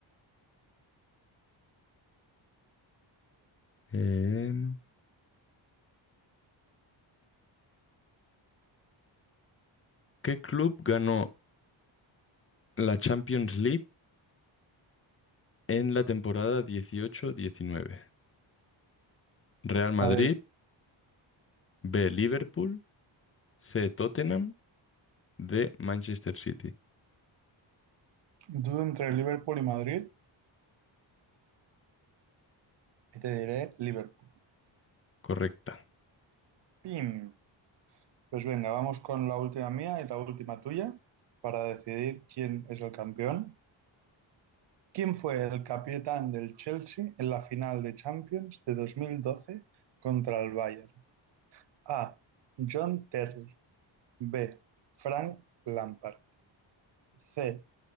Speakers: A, on the left; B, on the right.
A: Em, ¿qué club ganó la Champions League en la temporada dieciocho-diecinueve? Real Madrid,
B: Madrid.
A: B. Liverpool, C. Tottenham, D. Manchester City.
B: Dudo entre Liverpool y Madrid y te diré Liverpool.
A: Correcta.
B: Pim. Pues venga, vamos con la última mía y la última tuya para decidir quién es el campeón. ¿Quién fue el capitán del Chelsea en la final de Champions de 2012 contra el Bayern? A. John Terry. B. Frank Lampard. C.